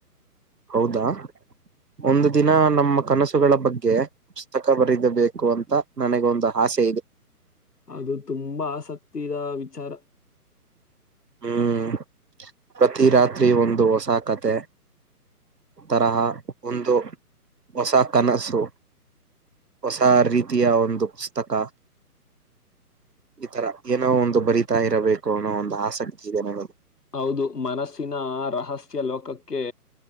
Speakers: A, on the right; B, on the left.
A: ಹೌದಾ ಒಂದು ದಿನ ನಮ್ಮ ಕನಸುಗಳ ಬಗ್ಗೆ ಪುಸ್ತಕ ಬರಿದಬೇಕು ಅಂತ ನನಗ ಒಂದು ಆಸೆ ಇದೆ.
B: ಅದು ತುಂಬಾ ಆಸಕ್ತಿಯ ವಿಚಾರ.
A: ಹ್ಮ ಪ್ರತಿ ರಾತ್ರಿ ಒಂದು ಹೊಸ ಕತೆ. ತರಹ ಒಂದು ಹೊಸ ಕನಸು. ಹೊಸ ರೀತಿಯ ಒಂದು ಪುಸ್ತಕ. ಈ ತರ ಏನೋ ಒಂದು ಬರಿತಾ ಇರಬೇಕು ಅನ್ನೋ ಒಂದು ಆಸಕ್ತಿ ಇದೆ ನನಗೆ
B: ಹೌದು ಮನಸ್ಸಿನ ರಹಸ್ಯ ಲೋಕಕ್ಕೆ